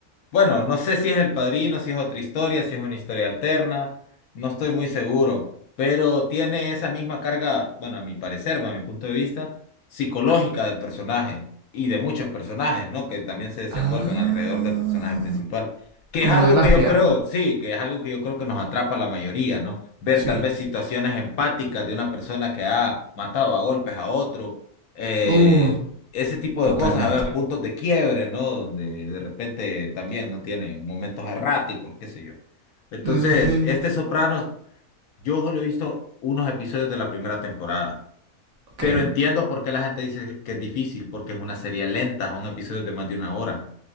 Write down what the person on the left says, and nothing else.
Bueno, no sé si es El Padrino, si es otra historia, si es una historia alterna, no estoy muy seguro, pero tiene esa misma carga, bueno, a mi parecer, va a mi punto de vista, psicológica del personaje y de muchos personajes, ¿no? Que también se desenvuelven
alrededor del personaje principal, que
es algo
que yo creo, sí, que es algo que yo creo que nos atrapa a la mayoría, ¿no? Ver
tal vez situaciones empáticas de una persona que ha matado a golpes a otro. eh,
ese tipo
de cosas, a ver, puntos de quiebre, ¿no? Donde de repente también no tiene momentos erráticos, qué sé yo. Entonces,
este Sopranos, yo solo he visto unos episodios de la primera temporada,
pero entiendo por qué la gente dice que es difícil, porque es una serie lenta, son episodios de más de una hora.